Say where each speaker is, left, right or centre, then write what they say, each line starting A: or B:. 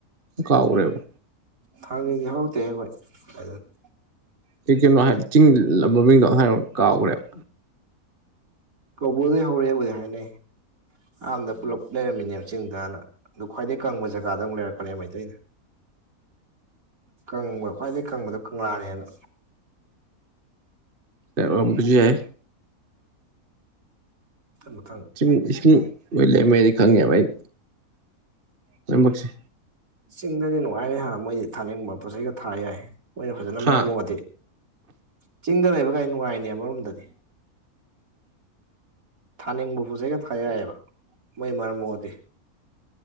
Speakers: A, on the right; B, on the right.
A: ꯀꯥꯎꯒꯔ꯭ꯦꯕ
B: ꯊꯥꯡꯅꯤꯡꯗꯤ ꯍꯧꯔꯛꯇꯦꯍꯦ ꯈꯣꯏ ꯀꯥꯏꯗꯩꯩꯅꯣ
A: ꯀꯩ ꯀꯩꯅꯣ ꯍꯥꯏ ꯆꯤꯡ ꯂꯝ ꯃꯃꯤꯡꯗꯣ ꯍꯥꯏꯔꯛꯑꯣꯟ ꯀꯥꯎꯈ꯭ꯔꯦꯕ
B: ꯀꯧꯕ꯭ꯔꯨꯗꯩꯩ ꯍꯧꯔꯛꯑꯦꯕꯨꯗꯤ ꯍꯥꯏꯅꯩ ꯑꯍꯥꯟꯕꯗ ꯄꯨꯂꯞ ꯂꯩꯔꯝꯃꯤꯅꯦꯕ ꯆꯤꯡꯗꯅ ꯑꯗꯨ ꯈ꯭ꯋꯥꯏꯗꯩꯩ ꯀꯪꯕꯥ ꯖꯒꯥꯗ ꯑꯃꯨꯛ ꯂꯩꯔꯛꯄꯅꯦ ꯃꯩꯇꯩꯅ ꯀꯪꯕ ꯈ꯭ꯋꯥꯏꯗꯩꯩ ꯀꯪꯕꯗꯣ ꯀꯪꯂꯥꯅꯦꯅ
A: ꯌꯥꯎꯔꯝꯕꯖꯨ ꯌꯥꯏ
B: ꯃꯊꯪ ꯃꯊꯪ
A: ꯆꯤꯡ ꯏꯁꯤꯡ ꯂꯣꯏ ꯂꯩꯔꯝꯃꯦꯗꯤ ꯈꯪꯉꯦꯕ ꯑꯩ ꯂꯣꯏꯃꯛꯁꯦ
B: ꯆꯤꯡꯗꯗꯤ ꯅꯨꯡꯉꯥꯏꯔꯦ ꯍꯥ ꯃꯣꯏꯗꯤ ꯊꯥꯅꯤꯡꯕ ꯄꯣꯠ ꯆꯩꯒ ꯊꯥ ꯌꯥꯏ ꯃꯣꯏꯅ ꯐꯖꯅ ꯃꯔꯝ
A: ꯍꯥ
B: ꯃꯣꯛꯑꯗꯤ ꯆꯤꯡꯗ ꯂꯩꯕꯒꯥꯏ ꯅꯨꯡꯉꯥꯏꯔꯤꯅꯦ ꯑꯃꯔꯣꯝꯗꯗꯤ ꯊꯥꯅꯤꯡꯕ ꯄꯣꯠ ꯆꯩꯒ ꯊꯥ ꯌꯥꯏꯌꯦꯕ ꯃꯣꯏ ꯃꯔꯝ ꯃꯣꯛꯑꯗꯤ